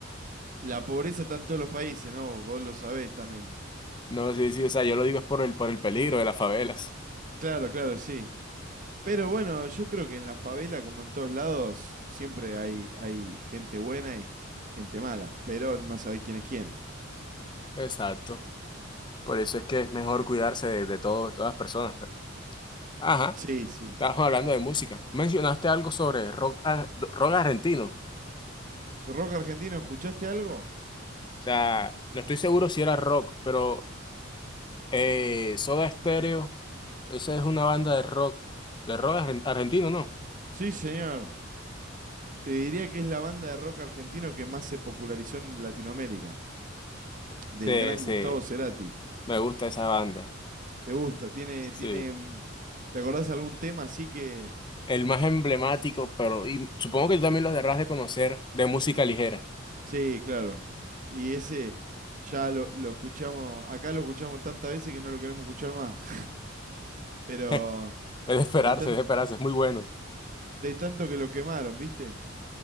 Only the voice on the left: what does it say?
No, sí, sí, o sea, yo lo digo es por el, por el peligro de las favelas.
Exacto. Por eso es que es mejor cuidarse de, de todo- de todas las personas. pero- Ajá,
estábamos hablando de música. Mencionaste algo sobre rock, ah, rock argentino. O
sea, no estoy seguro si era rock, pero Eh, Soda Stereo, esa es una banda de rock, de rock argen- argentino, ¿no?
Sí,
sí,
me gusta esa banda.
Sí.
El más emblemático, pero y supongo que tú también lo deberás de conocer, de música ligera.
<laughs> Es de esperarse,
es de esperarse, es muy bueno.